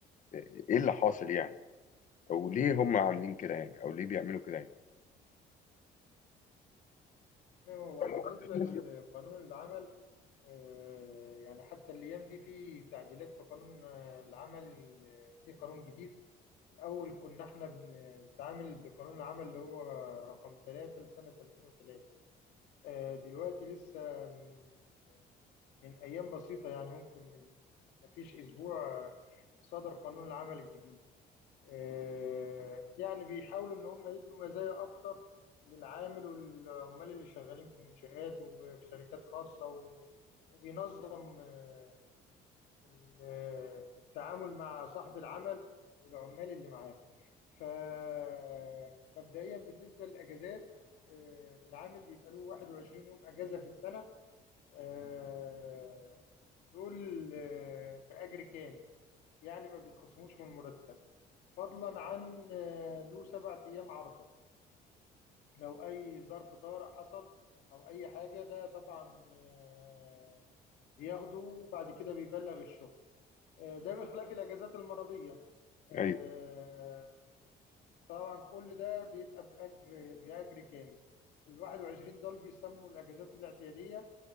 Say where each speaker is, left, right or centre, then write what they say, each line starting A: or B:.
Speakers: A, on the left (about 50°); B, on the left (about 85°).
A: آه، ايه اللي حاصل يعني او ليه هم عاملين كده يعني او ليه بيعملوا كده يعني
B: تمام هو بالنسبة
A: <laughs>
B: لقانون العمل آه، يعني حتى الأيام دي في تعديلات في قانون آه، العمل آه، في قانون جديد الأول كنا احنا بنتعامل بقانون العمل اللي هو رقم 3 لسنة 2003 آه، دلوقتي لسه من من أيام بسيطة يعني ممكن من مفيش أسبوع آه، صدر قانون العمل الجديد آه، يعني بيحاولوا ان هم يدوا مزايا اكتر للعامل والعمال اللي شغالين في منشآت وفي شركات خاصة و- وبينظم آه، ال- آه، التعامل مع صاحب العمل والعمال اللي معاه فمبدئيا بالنسبة للأجازات آه، العامل بيبقى له 21 يوم أجازة في السنة آه، دول آه، بأجر كامل يعني ما بيتخصموش من المرتب فضلا عن آه، له سبع أيام عرضة لو أي ظرف طارئ حصل أو أي حاجة ده طبعا آه، بياخده وبعد كده بيبلغ الشغل آه، ده بخلاف الأجازات المرضية آه،
A: ايوه
B: طبعا كل ده بيبقى بأجر بأجر كامل ال 21 دول بيسموا الأجازات الاعتيادية